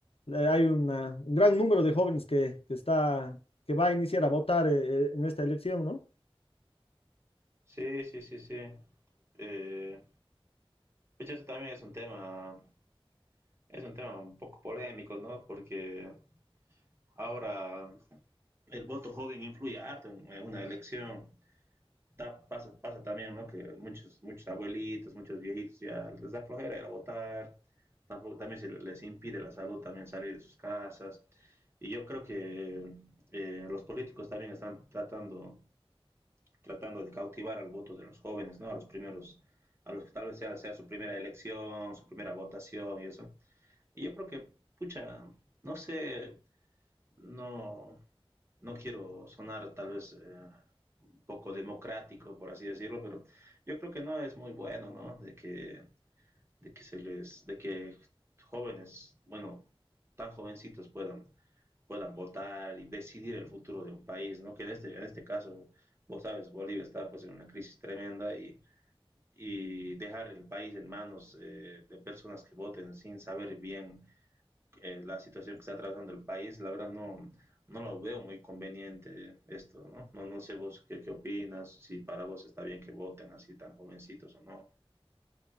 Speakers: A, on the left (about 75°); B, on the right (about 25°).
A: eh, hay una- un gran número de jóvenes que, que está, que va a iniciar a votar eh, eh, en esta elección, ¿no?
B: Sí, sí, sí, sí. Eh, pucha, eso también es un tema, es un tema un poco polémico, ¿no? Porque ahora el voto joven influye harto en en una elección. ta- pasa, pasa también, ¿no? Que muchos, muchos abuelitos, muchos viejitos ya les da flojera ir a votar, tampoco, también se les impide la salud también salir de sus casas. Y yo creo que eh, los políticos también están tratando, tratando de cautivar al voto de los jóvenes, ¿no? A los primeros, a los que tal vez sea, sea su primera elección, su primera votación y eso. Y yo creo que, pucha, no sé, no, no quiero sonar tal vez eh, un poco democrático, por así decirlo, pero yo creo que no es muy bueno, ¿no? De que, de que se les, de que jóvenes, bueno, tan jovencitos puedan, puedan votar y decidir el futuro de un país, ¿no? Que en este, en este caso, vos sabes, Bolivia está pues en una crisis tremenda y, y dejar el país en manos eh, de personas que voten sin saber bien eh, la situación que está atravesando el país, la verdad no, no lo veo muy conveniente esto, ¿no? No, no sé vos qué, qué opinas, si para vos está bien que voten así tan jovencitos o no.